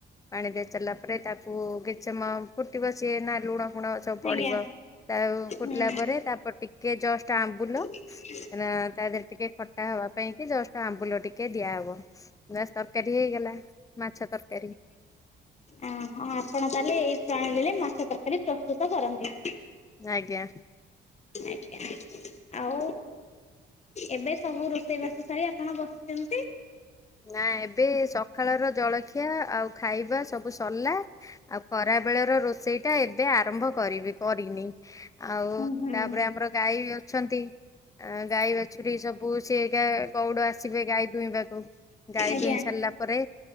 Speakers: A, on the left; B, on the left.
A: ପାଣି ଦେଇସାରିଲା ପରେ ତାକୁ କିଛି ସମୟ ଫୁଟିବସିଏ ନା ଲୁଣ ଫୁଣ ସବୁ ପଡିବ
B: ଆଜ୍ଞା
A: ତା ଫୁଟିଲା
B: ହୁଁ
A: ପରେ ତାପ ଟିକେ ଜଷ୍ଟ ଆମ୍ବୁଲ
B: ହ
A: ତା ଦେହରେ ଟିକେ ଖଟା ହବା ପାଇଁ କି ଜଷ୍ଟ ଆମ୍ବୁଲ ଟିକେ ଦିଆହବ ନା ତରକାରୀ ହେଇଗଲା ମାଛ ତରକାରୀ।
B: ଅ ହଁ ଆପଣ ତାହେଲେ ଏଇ ପ୍ରଣାଳୀରେ ମାଛ ତରକାରୀ ପ୍ରସ୍ତୁତ କରନ୍ତି।
A: ଆଜ୍ଞା।
B: ଆଜ୍ଞା। ଆଉ। ଏବେ ସବୁ ରୋଷେଇ ବାସ ସାରି ଆପଣ ବସିଛନ୍ତି?
A: ନା ଏବେ ସକାଳର ଜଳଖିଆ ଆଉ ଖାଇବା ସବୁ ସରିଲା। ଆଉ ଖରା ବେଳ ର ରୋଷେଇ ଟା ଏବେ ଆରମ୍ଭ କରିବି କରିନି ଆଉ
B: ହୁଁ ହୁଁ।
A: ତାପରେ ଆମର ଗାଈ ବି ଅଛନ୍ତି। ଆ ଗାଈ ବାଛୁରୀ ସବୁ ସେିଏାକା ଗଉଡ ଆସିବେ ଗାଈ ଦୁଇଁବାକୁ। ଗାଈ
B: ଆଜ୍ଞା
A: ଦୁଇଁ ସାରିଲା ପରେ